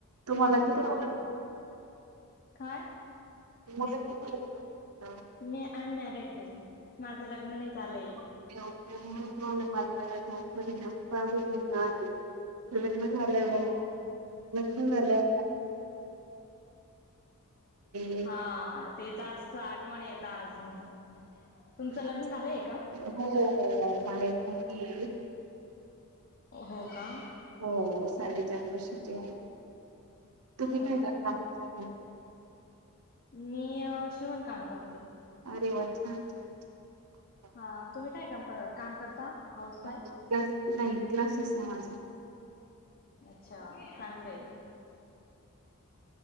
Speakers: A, on the right; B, on the left.
A: तुम्हाला किती
B: हा
A: मुले आहेत?
B: काय?
A: मुलं किती आहे
B: मी अनमॅरिड आहे, माझं लग्न नाही झालंय
A: <unintelligible> लग्न झाल्यावर
B: हो
A: लग्न झाल्यावर <unintelligible>
B: हा ते जास्त आठवण येता अजून. तुमचं
A: हो..
B: लग्न झालंय का
A: हो.. मला एक मुलगी आहे.
B: हो का?
A: हो साडेचार वर्षाची आहे. तुम्ही
B: हो
A: काय
B: का
A: करता?
B: मी अ... शिवण काम करते.
A: अरे वा! छान छान. छान.
B: हा. तुम्ही काय काम कर काम करता? Housewife.
A: आमचे क्लास नाही क्लासच ना माझं
B: अच्छा चांगलंय